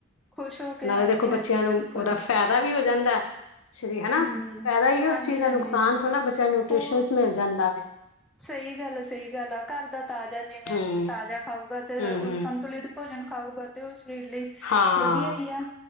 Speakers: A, in the centre; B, on the left.
A: ਖੁਸ਼ ਹੋ ਕੇ
B: ਨਾਲ਼ੇ
A: ਹਾਂਜੀ
B: ਦੇਖੋਂ
A: ਹਾਂਜੀ
B: ਬੱਚਿਆਂ
A: ਬਿਲਕੁਲ
B: ਨੂੰ ਉਹਦਾ ਫਾਇ ਦਾ ਵੀ ਹੋ ਜਾਂਦਾ ਸ਼੍ਰੀ ਹਨਾ
A: ਹਮ
B: ਪੈਂਦਾ ਈ ਆ
A: ਹਾਂਜੀ
B: ਉਸ ਚੀਜ਼ ਦਾ
A: ਹਾਂਜੀ
B: ਨੁਕਸਾਨ ਥੋੜ੍ਹਾ ਬੱਚਾ ਨੂੰ ਨਿਊਟ੍ਰਸ਼ਨ
A: ਹੋਰ
B: ਮਿਲਦਾ ਜਾਂਦਾ ਵੇ
A: ਸਹੀ ਗੱਲ ਆ ਸਹੀ ਗੱਲ ਆ ਘਰ ਦਾ ਤਾਜ਼ਾ ਜਿਵੇਂ
B: ਹੂੰ
A: ਤਾਜ਼ਾ ਖਾਊਗਾ ਤੇ
B: ਹੂੰ
A: ਉਹ
B: ਹੂੰ
A: ਸੰਤੁਲਿਤ ਭੋਜਨ ਖਾਊਗਾ ਤੇ ਉਹ ਸਰੀਰ ਲਈ
B: ਹਾਂ
A: ਵਧੀਆਂ ਈ ਆ